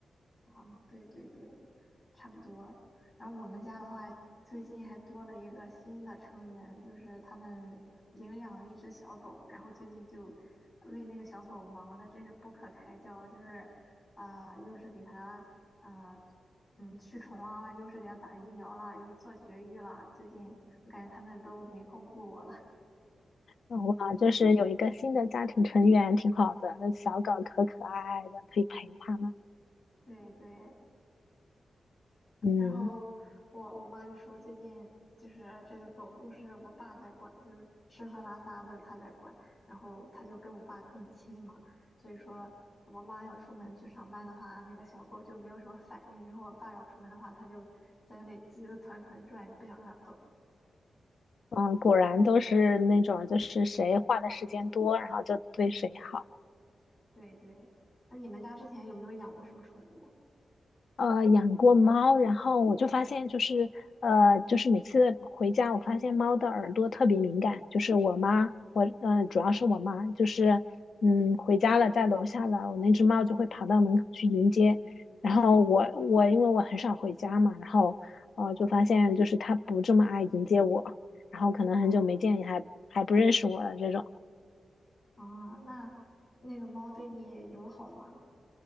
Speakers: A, on the left; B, on the left.
A: 嗯，对对对。差不多。然后我们家的话，最近还多了一个新的成员，就是他们领养了一只小狗，然后最近就为那个小狗忙的真是不可开交，就是啊、又是给它啊、嗯驱虫啊，又是给它打疫苗啦，又是做绝育啦。最近我感觉他们都没空顾我了。
B: 嗯哇，就是有一个新的家庭成员，挺好的。那小狗可可爱爱的，可以陪它们。
A: <laughs> 对对，
B: 嗯
A: 然后我我妈就说最近就是这个狗都是我爸在管，就是吃喝拉撒都是他在管，然后他就跟我爸更亲嘛，所以说我妈要出门去上班的话，那个小狗就没有什么反应，然后我爸要出门的话，它就在那里急得团团转，就不想让它走。
B: 嗯，果然都是那种，就是谁花的时间多，然后就对谁好。
A: 对对，那你们家之前有没有养过什么宠物？
B: 呃养过猫，然后我就发现就是呃就是每次回家，我发现猫的耳朵特别敏感，就是我妈，我呃主要是我妈，就是嗯回家了，在楼下了，我那只猫就会跑到门口去迎接，然后我我因为我很少回家嘛，然后呃就发现就是它不这么爱迎接我，然后可能很久没见，
A: 哦
B: 也还还不认识我了这种。
A: 哦，那那个猫对你友好吗？